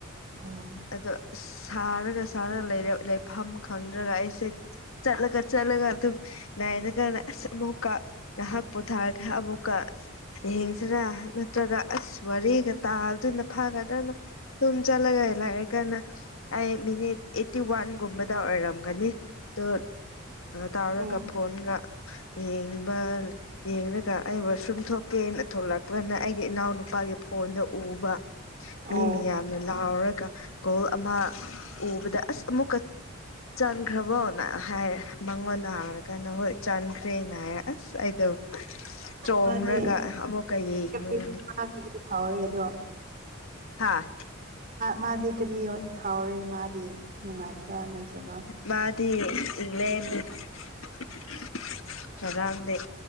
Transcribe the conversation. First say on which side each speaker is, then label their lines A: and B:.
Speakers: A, on the right; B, on the left.
A: ꯎꯝ
B: ꯑꯗꯣ ꯁꯥꯔꯒ ꯁꯥꯔꯒ ꯂꯩꯐꯝ ꯈꯪꯗ꯭ꯔꯒ ꯑꯩꯁꯦ ꯆꯠꯂꯒ ꯆꯠꯂꯒ ꯑꯗꯨꯝ ꯅꯥꯏꯅ ꯀꯥꯟꯅ ꯑꯁ ꯑꯃꯨꯛꯀ ꯉꯥꯏꯍꯥꯛ ꯄꯣꯊꯥꯔꯒ ꯑꯃꯨꯛꯀ ꯌꯦꯡꯁꯤꯔ ꯅꯠꯇ꯭ꯔꯒ ꯑꯁ ꯋꯥꯔꯤꯒ ꯇꯥꯗꯣꯏꯅ ꯐꯥꯒꯗ꯭ꯔꯅ ꯇꯨꯝ ꯆꯠꯂꯒ <unintelligible> ꯑꯩ ꯃꯤꯅꯤꯠ ꯑꯩꯠꯇꯤ ꯋꯥꯟꯒꯨꯝꯕꯗ ꯑꯣꯏꯔꯝꯒꯅꯤ ꯑꯗꯣ ꯇꯥꯎꯔꯒ
A: ꯎꯝ ꯑꯣ
B: ꯐꯣꯟꯒ ꯌꯦꯡꯕ ꯌꯦꯡꯒ ꯑꯩꯕꯨ ꯁꯨꯝ ꯊꯣꯛꯀꯦꯅ ꯊꯣꯛꯂꯛꯄꯅ ꯑꯩꯒꯤ ꯏꯅꯥꯎꯅꯨꯄꯥꯒꯤ ꯐꯣꯟꯗ ꯎꯕ ꯃꯤ
A: ꯑꯣ
B: ꯃꯌꯥꯝꯅ ꯂꯥꯎꯔꯒ ꯒꯣꯜ ꯑꯃ ꯎꯕꯗ ꯑꯁ ꯑꯃꯨꯛꯀ ꯆꯟꯈ꯭ꯔꯕꯣꯅ ꯍꯥꯏꯔ ꯃꯉꯣꯟꯗ ꯍꯥꯏꯔꯀꯥꯟꯗ ꯍꯣꯏ ꯆꯟꯈ꯭ꯔꯦꯅ ꯍꯥꯏꯔ ꯑꯁ ꯑꯩꯗꯣ ꯆꯣꯡꯡꯔꯒ
A: ꯃꯥꯗꯤ
B: ꯑꯃꯨꯛꯀ ꯌꯦꯡꯉꯣꯏꯅꯤ
A: ꯀꯔꯤ ꯐꯥꯎꯔꯦ ꯑꯗꯣ
B: ꯍꯥꯥ
A: ꯃꯥꯗꯤ ꯀꯔꯤ ꯐꯥꯎꯔꯦ ꯃꯥꯗꯤ ꯅꯨꯡꯉꯥꯏꯕ꯭ꯔꯥ ꯅꯠꯇ꯭ꯔꯕ
B: ꯃꯥꯗꯤ <unintelligible> ꯀꯔꯥꯡꯗꯩ